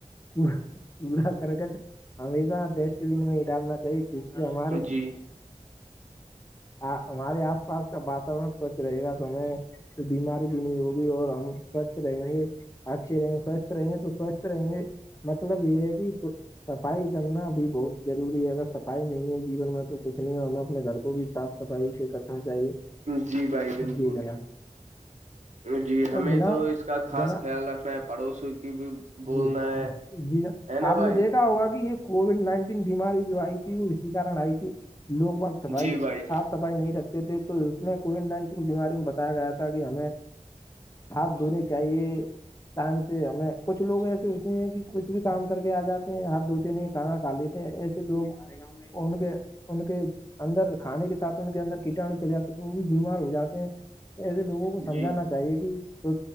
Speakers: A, on the left; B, on the right.
A: کوڑا کوڑا کرکٹ ہمیشہ ڈسٹ بین میں ہی ڈالنا چاہیے جس سے ہمارے
B: جی جی
A: آ ہمارے آس پاس کا واتاورن سوچ رہے گا تویں تو بیماری بھی نہیں ہوگی اور ہم سوچھ رہیں گے اچھے رہیں گے فرسٹ رہیں گے تو فرسٹ رہیں گے مطلب یہ ہے کہ صفائی کرنا بھی بہت ضروری ہے اگر صفائی نہیں ہے جیون میں تو کچھ نہیں ہے ہمیں اپنے گھر کو بھی صاف صفائی سے کرنا چاہیے
B: جی بھائی بالکل
A: جی جناب
B: جی ہمیں
A: وہ بنا
B: تو اس کا خاص
A: جنا
B: خیال رکھنا ہے پڑوسی کی بھی بولنا
A: جی
B: ہے
A: جی جی
B: ہے نا
A: آپ
B: بھائی
A: نے دیکھا ہوگا کہ یہ کووڈ نائنٹین بیماری جو آئی تھی وہ اسی کارن آئی تھی لوگ باق سبھائی
B: جی بھائی
A: صاف صفائی نہیں رکھتے تھے تو اس میں کووڈ نائنٹین بیماری میں بتایا گیا تھا کہ ہمیں ہاتھ دھونے چاہیے ٹم سے ہمیں کچھ لوگ ایسے ہوتے ہیں کہ کچھ بھی کام کر کے آ جاتے ہیں ہات دتے نہیں کھانا کھا لیتے ہیں ایسے لوگ گں ان کے ان کے اندر کھانے کے ساتھ ان کے اندر کیٹاو چلے جاتے ہیں تو وہ بھی بیمار ہو جاتے ہیں ایسے لووں کو سمجھانا
B: جی
A: چاہیے کہ